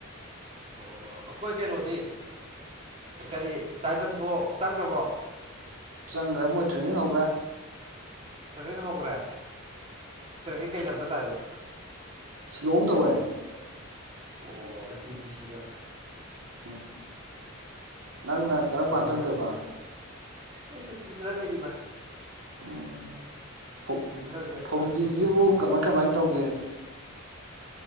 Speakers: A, on the right; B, on the right.
A: ꯑꯣ ꯑꯩꯈꯣꯏ ꯀꯩꯅꯣꯗꯤ ꯀꯔꯤ ꯗꯥꯏꯃꯟꯕꯨ ꯆꯪꯈ꯭ꯔꯕꯣ
B: ꯆꯪꯒꯔ꯭ꯦ ꯃꯣꯏ ꯇ꯭ꯔꯦꯅꯤꯡ ꯍꯧꯒꯔ꯭ꯦ
A: ꯇ꯭ꯔꯦꯅꯤꯡ ꯍꯧꯈ꯭ꯔꯦ ꯇ꯭ꯔꯦꯅꯤꯡ ꯀꯩ ꯂꯝꯗ ꯇꯥꯏꯕ
B: ꯁꯤꯂꯣꯡ ꯇꯧꯔꯦ
A: ꯑꯣ ꯦ ꯇꯤ ꯁꯤꯗ
B: ꯎꯝ ꯅꯪꯅ
A: ꯑꯣ
B: ꯀꯔꯝ
A: ꯁꯤꯂꯣꯡꯗ
B: ꯀꯥꯟꯗ ꯆꯪꯗꯣꯏꯕ
A: ꯇꯧꯕ ꯑꯩ ꯁꯨꯇꯤ ꯈꯔ ꯂꯩꯔꯤꯕ
B: ꯎꯝ ꯐꯧ
A: ꯈꯔꯁꯦ
B: ꯐꯧꯖꯤꯁꯤꯕꯨ
A: ꯑꯝꯇ ꯂꯣꯏꯁꯤꯟꯈꯤꯒꯦ
B: ꯀꯃꯥꯏ ꯀꯃꯥꯏꯅ ꯇꯧꯒꯦ